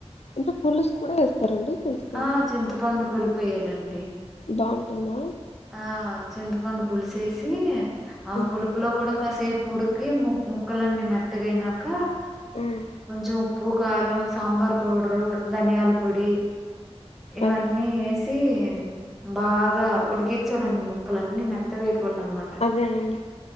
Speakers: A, on the left; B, in the centre.
A: అంటే పులుసు కూడా వేస్తారండి చింతపండుది
B: ఆ చింతపండు పులిపేయాలండి
A: బాగుంటుందా
B: ఆ చింత చింతపండు పులుసు ఏసీ ఆ
A: ఉమ్,
B: పులుపులో కూడా కాసేపు ఉడికి ముక్కలన్నీ మెత్తగైనాక
A: ఉమ్,
B: కొంచెం ఉప్పు కారం సాంబార్ పౌడరు ధనియాల పొడి ఇవన్నీ
A: అ-
B: ఏసి సి బాగా ఉడికించాలండి ముక్కలన్నీ మెత్తగయి కోవాలన్నమాట
A: అదేనండి